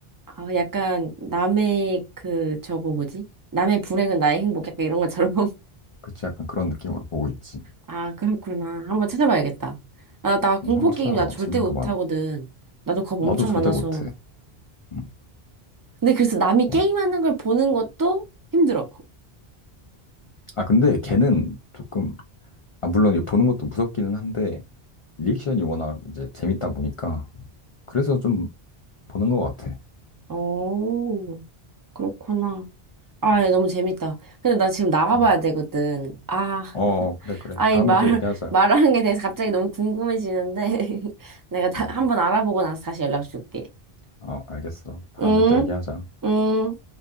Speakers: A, on the right (about 30°); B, on the left (about 55°).
A: 아, 약간 남의 그, 저거 뭐지? 남의 불행은 나의 행복, 약간 이런 것처럼. <laughs>
B: 그치 약간 그런 느낌으로 보고 있지.
A: 아, 그렇구나. 한번 찾아봐야겠다. 아, 나 공포
B: 음, 한번 찾아봐봐.
A: 게임 나 절대
B: 재밌는
A: 못하거든.
B: 거 많아.
A: 나도 겁
B: 나도
A: 엄청
B: 절대
A: 많아서.
B: 못해. 음,
A: 근데 그래서 남이
B: 와.
A: 게임하는 걸 보는 것도 힘들어.
B: 아 근데 걔는 조금 아 물론 이 보는 것도 무섭기는 한데 리액션이 워낙 이제 재밌다 보니까 그래서 좀 보는 것 같아.
A: 오, 그렇구나. 아,
B: 음,
A: 예, 너무 재밌다. 근데 나 지금 나가봐야
B: 그러니까.
A: 되거든. 아,
B: 어
A: <laughs>
B: 그래 그래
A: 아,
B: 다음에
A: 이 말,
B: 또 얘기하자.
A: <laughs> 말하는 게 대해서 갑자기 너무 궁금해지는데. <laughs> 내가 다,
B: 음.
A: 한번 알아보고 나서 다시 연락 줄게.
B: 어, 알겠어. 다음에
A: 응,
B: 또 얘기하자.
A: 응.